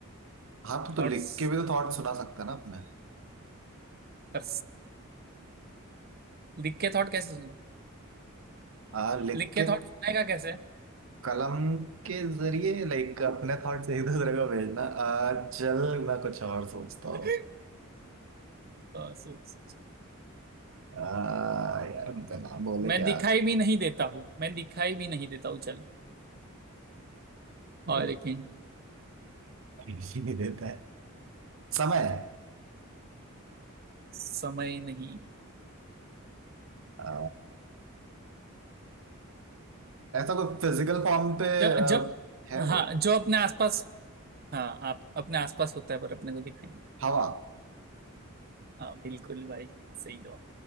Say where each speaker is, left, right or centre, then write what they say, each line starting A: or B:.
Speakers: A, on the right; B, on the right.
A: हाँ तो, तो
B: थॉट्स
A: लिख के भी तो थॉट सुना सकते हैं ना अपने
B: पर लिख के थॉट कैसे सुन
A: आ, लिख
B: लिख के
A: के
B: थॉट सुनाएगा कैसे
A: कलम के जरिए लाइक अपने थॉट्स एक दूसरे को भेजना आ, चल मैं कुछ और सोचता हूँ
B: <laughs> और सोच- सोच।
A: आ, यार बिना बोले
B: मैं
A: क्या
B: दिखाई भी नहीं देता हूँ मैं दिखाई भी नहीं देता हूँ चल
A: वो
B: और एक hint,
A: ही नहीं देता है समय
B: समय नहीं
A: आ, ऐसा कोई फिजिकल फॉर्म पे
B: ज,
A: आ,
B: ज,
A: है
B: हाँ
A: वो
B: जो अपने आसपास हाँ आप अपने आसपास होता है पर अपने को दिखाई नहीं
A: हवा
B: देता हाँ बिल्कुल भाई सही जवाब